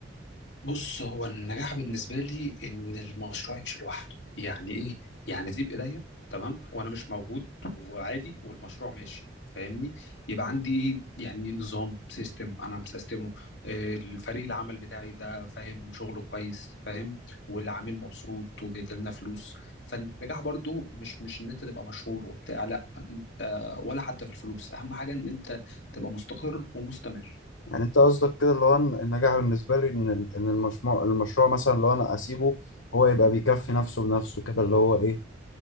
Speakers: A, on the left; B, on the left.
A: بص هو النجاح بالنسبة لي إن المشروع يمشي لوحده يعني إيه؟ يعني تبقى إيديا تمام وأنا مش موجود وعادي والمشروع ماشي فاهمني؟ يبقى عندي إيه؟ يعني نظام سيستم أنا مسيستمه آه، الفريق العمل بتاعي ده فاهم شغله كويس فاهم؟ والعميل مبسوط وبيجيلنا فلوس فالنجاح برضو مش مش إن أنت تبقى مشهور وبتاع لا أنت ولا حتى في الفلوس أهم حاجة إن أنت تبقى مستقر ومستمر
B: يعني انت قصدك كده اللي هو إن النجاح بالنسبة لي ان ال- ان المشروع المشروع مثلا لو انا اسيبه هو يبقى بيكفي نفسه بنفسه كده اللي هو ايه